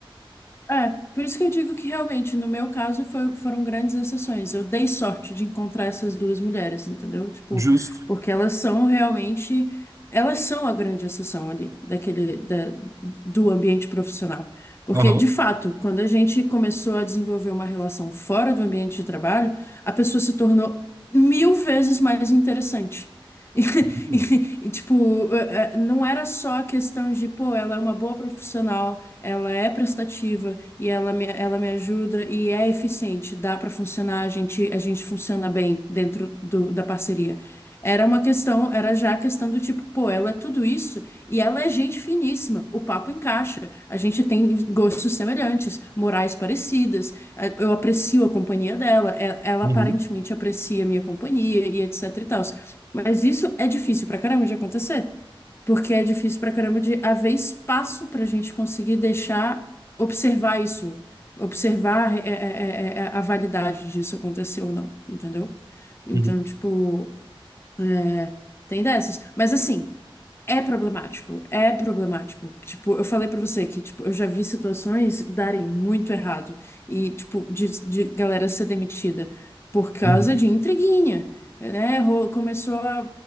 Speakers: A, on the left; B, on the right.
A: É, por isso que eu digo que realmente, no meu caso, foi- foram grandes exceções. Eu dei sorte de encontrar essas duas mulheres, entendeu? Tipo,
B: Justo.
A: porque elas são realmente, elas são a grande exceção ali, daquele, da- do ambiente profissional. Porque,
B: Aham.
A: de fato, quando a gente começou a desenvolver uma relação fora do ambiente de trabalho, a pessoa se tornou mil vezes mais interessante. <laughs>
B: Uhum.
A: E, e, tipo, eh, eh, não era só a questão de, pô, ela é uma boa profissional ela é prestativa e ela me, ela me ajuda e é eficiente, dá para funcionar, a gente, a gente funciona bem dentro do, da parceria. Era uma questão, era já a questão do tipo, pô, ela é tudo isso e ela é gente finíssima, o papo encaixa, a gente tem gostos semelhantes, morais parecidas, eh, eu aprecio a companhia dela, eh, ela
B: Uhum.
A: aparentemente aprecia a minha companhia e etc e tal. Mas isso é difícil pra caramba de acontecer porque é difícil pra caramba de haver espaço pra gente conseguir deixar observar isso, observar é, é, é, é, é, a validade disso acontecer ou não, entendeu? Então,
B: Uhum.
A: tipo, é, tem dessas. Mas assim. É problemático, é problemático. Tipo, eu falei pra você que, tipo, eu já vi situações darem muito errado e, tipo, de, de galera ser demitida por causa
B: Uhum.
A: de intriguinha, né? Ro- Começou a,